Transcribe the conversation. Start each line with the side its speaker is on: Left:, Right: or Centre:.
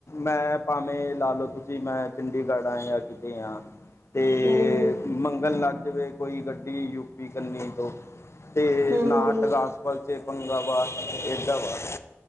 Left: ਮੈਂ ਭਾਵੇ ਲਾ ਲਓ ਤੁਸੀ ਮੈ ਚੰਡੀਗੜ੍ਹ ਹ ਜਾਂ ਕਿਤੇ ਹ ਤੇ
Right: ਹੂੰ ਹੂੰ
Left: ਮੰਗਣ ਲਗ ਜਾਵੇ ਕੋਈ ਗੱਡੀ ਯੂਪੀ ਕੰਨੀ ਤੋਂ ਤੇ
Right: ਹੂੰ
Left: ਨਾ
Right: ਹੂੰ ਹੂੰ
Left: ਟਲਾਸ ਪਲਚੇ ਪੰਗਾ ਬਾ ਇਦਾਂ ਵਾ।